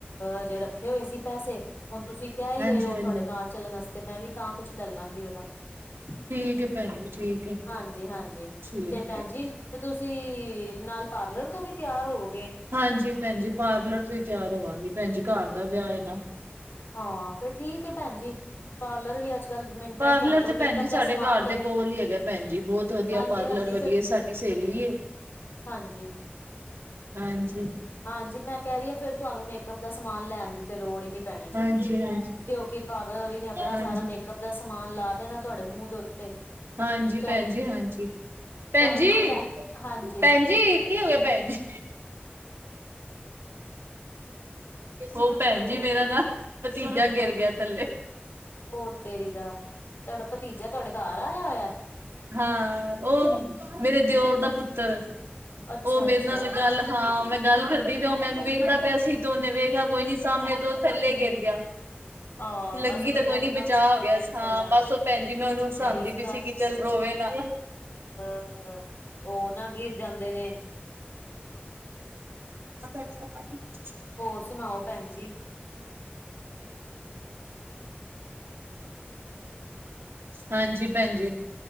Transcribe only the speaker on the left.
ਅਜੇ ਰੱਖੇ ਹੋਏ ਸੀ ਪੈਸੇ ਹੁਣ ਤੁਸੀਂ ਕਹਿ ਹੀ
ਰਹੇ ਹੋ
ਤੁਹਾਡੇ ਨਾਲ ਚਲਣ ਆਸਤੇ ਮੈਂ ਵੀ ਤਾਂ ਕੁਛ ਲੈ ਲਾਂਗੀ ਉਹਦਾ
ਹਾਂਜੀ-ਹਾਂਜੀ
'ਤੇ ਭੈਣ
ਜੀ 'ਤੇ ਤੁਸੀਂ ਨਾਲ ਪਾਰਲਰ ਤੋਂ ਵੀ ਤਿਆਰ ਹੋਵੋ
ਹਾਂ ਫੇਰ ਠੀਕ ਏ ਭੈਣ ਜੀ ਪਾਰਲਰ ਵੀ ਅੱਜ ਕੱਲ ਮਿੰਟਾਂ
ਚ ਤੁਹਾਨੂੰ ਕੋਈ
ਮੇਕਅਪ
ਦਾ
ਸਮਾਨ
ਤੇ
ਫੇਰ
ਹਾਂਜੀ-ਹਾਂਜੀ
ਫਿਰ
ਹਾਂਜੀ।
ਹਾਂਜੀ ਮੈਂ ਕਹਿ ਰੀ ਆ ਫੇਰ ਤੁਹਾਨੂੰ ਮੇਕਅਪ ਦਾ ਸਮਾਨ ਲੈਣ ਦੀ 'ਤੇ ਲੋੜ ਈ ਨੀ ਪੈਣੀ ਜੇ।
ਕਿਉਂਕਿ ਪਾਰਲਰ ਆਲੀ ਨੇ ਆਪਣਾ
ਸਾਰਾ ਮੇਕਅੱਪ ਦਾ ਸਮਾਨ ਲਾ ਦੇਣਾ ਤੁਹਾਡੇ ਮੂੰਹ ਦੇ ਉੱਤੇ
ਚਾਹੇ
ਤੁਹਾਨੂੰ
ਨਾ ਲੈ ਹਾਂਜੀ-ਹਾਂਜੀ
ਫਿਰ
ਉਹ ਤੇਰੀ ਦਾ ਤੁਹਾਡਾ ਭਤੀਜਾ ਤੁਹਾਡੇ ਘਰ ਆਇਆ ਹੋਇਆ?
ਅੱਛਾ-ਅੱਛਾ
ਹਾਂ
ਬਸ ਬੱਚਿਆਂ
ਨੂੰ ਨਾ
ਕੁੱਛ
ਪਤਾ
ਨੀ
ਚੱਲਣਾ
ਤੇ ਇਸ
ਹਾਂ। ਉਹ ਨਾ ਗਿਰ ਜਾਂਦੇ ਨੇ।
ਹੋਰ ਸੁਣਾਓ ਭੈਣ ਜੀ?